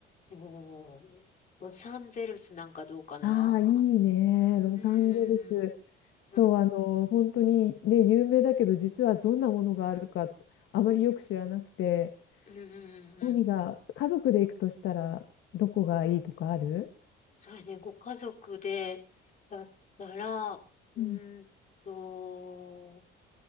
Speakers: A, on the left; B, on the left.
A: おーロサンゼルスなんかどうかな。
B: ああ、いいね。ロサンゼルス。
A: うんうん
B: そう、
A: うん。うん
B: あの、本当にね、有名だけど、実はどんなものがあるか、あまりよく知らなくて、
A: うんうんうん
B: 何が、家族で行くとしたら、どこがいいとかある
A: そうやね、ご家族でだったら、うーんと、
B: うん、